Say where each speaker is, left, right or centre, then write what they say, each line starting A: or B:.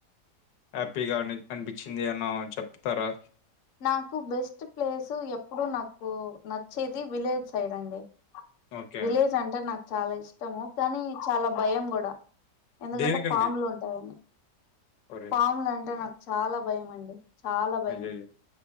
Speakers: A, on the left; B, on the left.
A: హ్యాపీగా అని అనిపిచింది ఎమన్న చెప్తారా
B: నాకు బెస్ట్ ప్లేసు ఎప్పుడు నాకు నచ్చేది విలేజ్ సైడ్ అండి
A: ఓకే
B: విలేజ్ అంటే నాకు చాలా ఇష్టము కానీ చాలా భయం కూడా ఎందుకంటే
A: దేనికండి
B: పాములు ఉంటాయన్నీ
A: సారీ
B: పాములంటే నాకు చాలా భయమండి చాలా భయం
A: అయ్యయ్యో